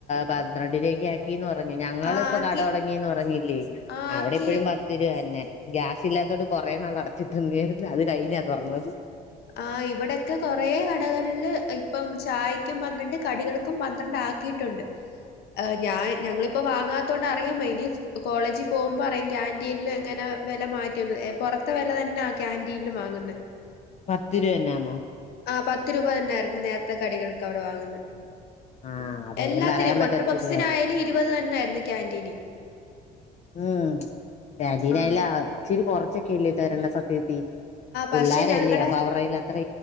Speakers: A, on the left; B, on the left.
A: പന്ത്രണ്ടരൊക്കെ ആക്കിന്ന് പറഞ്ഞ പറഞ്ഞു ഞങ്ങിപ്പൊ
B: ആഹ് ആക്കി
A: കട തുടങ്ങിന്ന് പറഞ്ഞില്ലേ
B: ആഹ്
A: അവിടെ
B: ആക്കി
A: ഇപ്പഴും പത്ത് രരുപ തന്നെ ഗ്യാസ് ഇല്ലാത്തോട് കുറെേ നാൾ അടച്ചിട്ടന്നായിരുന്നു അത് കഴിഞ്ഞാ തുറന്നത്
B: ആ് ഇവിടെൊക്കെ കൊറെ കടകളില് ഇപ്പം ചായക്കും പന്ത്രണ്ട് കടികൾക്കും പന്ത്രണ്ട് ആക്കിയിട്ടുണ്ട് ഞ ഞങ്ങളിപ്പോ വാങ്ങാത്ത വാങ്ങാത്തോണ്ട് അറിയാന് വയ്യ ഇനി കോളേജിൽ പോകുമ്പോൾ അറിയാം കാന്റീനിൽ എങ്ങനെയാണ് വില മാറ്റിയതെന്ന്. പുറത്തുള്ള വില തന്നെയാണോ ന്ന കാന്റീനിൽ വാങ്ങുന്ന
A: പത്ത് രൂപ തന്നെയന്നോ
B: ആ പത്ത് രൂപ തന്നൊയിരുന്നു നേരത്തെ കടികൾക്ക് അവിടെ വാങ്ങുന്നത്
A: ആഹ് അവരേം
B: എല്ലാത്തിനും
A: പറയാൻ
B: മുട്ട
A: പറ്റത്തില്ല
B: പപ്സിനായാലും ഇരുപത് തന്നൊയിരുന്നു കാക്യാാന്റീനി
A: ഉം കാന്റീനിൽ
B: ആഹ്
A: ഇച്ചിരി കുറച്ചൊക്കെ ഇല്ലേ തരേണ്ട സത്യത്തി പുള്ളാരലെയോ
B: പക്ഷെ ഞങ്ങടെ
A: അല്ലയോ അവർയിടെ കൈയിൽ